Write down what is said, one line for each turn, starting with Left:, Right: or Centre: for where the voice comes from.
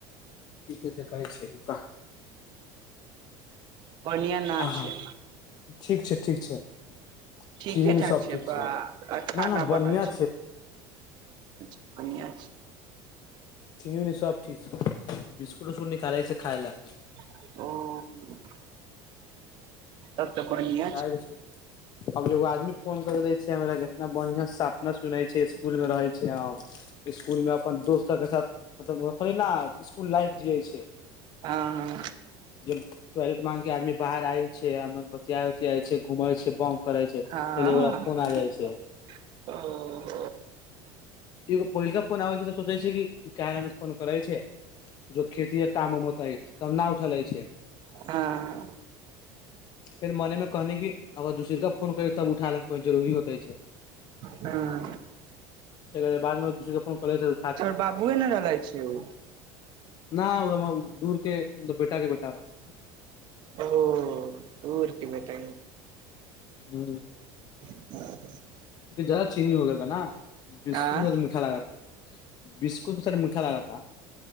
Left: ठीके देख द कहै छै रुका
Right: बढ़िया न
Left: आहँठीक
Right: छै
Left: छै ठीक छै
Right: ठीके
Left: चीनी उनी
Right: ठाक
Left: सब
Right: छै
Left: ठीक
Right: बा अच्छा
Left: ना ना
Right: न
Left: बढ़िया
Right: बनल छै अच्छा बनिआ छै
Left: चनि सब ठीक छै बिस्कुट उस्कुट निकालै छै खायइ ल
Right: हम <unintelligible> त त को <unintelligible>
Left: चाय बिस्कुट अब एगो आदमी फोन कर ले छै हमरा केतना बढ़िया अपना सुनै छै इसकुल मे रहै छै हम इसकुल मे अपन दोस्त सबके साथ मतलबकरै ने इसकुल लाइफ जे इ छै
Right: हँ हँ
Left: जे टॉयलेट मांग के आदमी बाहर आयैल छै बतिया उतिया छै घूम छै बम करै छै एगोरा
Right: हँ
Left: फोन आ जाइ छै
Right: ओ
Left: एगो पहिनका फोन आबै छै तऽ सोचे छै कि कन फोन करै छै जो खेतीे काम उम होतेै तब न उठलै रहल छै
Right: हँ
Left: फेर मने मे कहनी कि अगर दूसर केा फोन करी तब उठाय ले को जरुररी होते छै
Right: हँ
Left: कह बादमे दसर त कोन कॉज
Right: चोर बाबुए ने रहल छ ओ
Left: न उ हमरा दूर के मतलब बेटा के बेटा <unintelligible>
Right: ओ ऊरके बेटा
Left: हू
Right: <inaudible>
Left: ज्यादा चीनी हो गा न बिस्कुट
Right: आँ
Left: मीठा लगाता बिस्कुट सन मीठा <unintelligible>